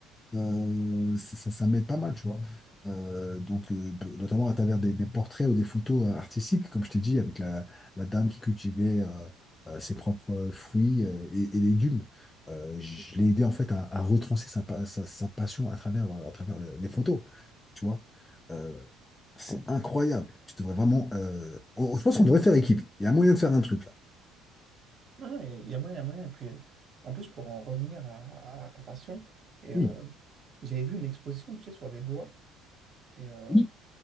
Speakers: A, on the left; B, on the right.
A: euh, ça, ça, ça m'aide pas mal, tu vois. Euh, donc, euh, de- notamment à travers des, des portraits ou des photos euh, artistiques, comme je t'ai dit, avec la, la dame qui cultivait euh, euh, ses propres euh, fruits euh, et, et légumes. Euh, je l'ai aidé en fait à, à retracer sa, pa- sa, sa passion à travers, euh, à travers les les photos, tu vois. Euh, c'est incroyable. Tu devrais vraiment. euh, on- je pense qu'on devrait faire équipe. Il y a moyen de faire un truc là.
B: Non, non, il y a moyen, il y a moyen. Puis, euh, en plus, pour en revenir à, à ta passion, et,
A: Oui.
B: euh, j'avais vu une exposition, tu sais, sur les doigts. Et, euh,
A: Oui.